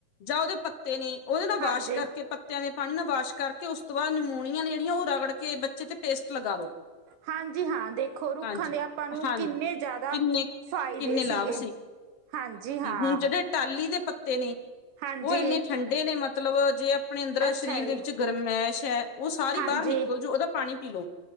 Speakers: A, on the left; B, on the right.
A: ਜਾਂ ਉਹਦੇ ਪੱਤੇ ਨੇ, ਉਹਦੇ ਨਾਲ ਵਾਸ਼
B: ਹਾਂਜੀ,
A: ਕਰਕੇ ਪ ਪਤਿਆਂ ਦੇ ਪਾਣੀ ਨਾਲ ਵਾਸ਼ ਕਰਕੇ, ਉਸ ਤੋਂ ਬਾਅਦ ਨਿਮੋਨੀਆ ਨੇ ਜਿਹੜੀਆਂ ਉਹ ਰਗੜ ਕੇ ਬੱਚੇ ਤੇ ਪੇਸਟ ਲਗਾ ਦੋ।
B: ਹਾਂਜੀ ਹਾਂ, ਦੇਖੋ ਰੁੱਖਾਂ
A: ਹਾਂਜੀ
B: ਦੇ ਆਪਾਂ ਨੂੰ
A: ਹਾਂਜੀ
B: ਕਿੰਨੇ ਜ਼ਿਆ ਦਾ
A: ਕਿੰਨੇ
B: ਫਾਇਦੇ
A: ਕਿੰਨੇ
B: ਸੀਗੇ,
A: ਲਾਭ
B: ਹਾਂਜੀ ਹਾਂ।
A: ਹੁਣ ਜਿਹੜੇ ਟਾਹਲੀ ਦੇ ਪੱਤੇ ਨੇ,
B: ਹਾਂਜੀ,
A: ਉਹ ਇੰਨੇ ਠੰਡੇ ਨੇ, ਮਤਲਬ ਜੇ ਆਪਣੇ ਅੰਦਰ
B: ਅੱਛਾ
A: ਸਰੀਰ ਦੇ
B: ਜੀ,
A: ਵਿੱਚ ਗਰਮੈਸ਼ ਹੈ, ਉਹ ਸਾਰੀ
B: ਹਾਂਜੀ।
A: ਬਾਹਰ ਨਿਕਲ ਜੂ ਉਹਦਾ ਪਾਣੀ ਪੀ ਲਓ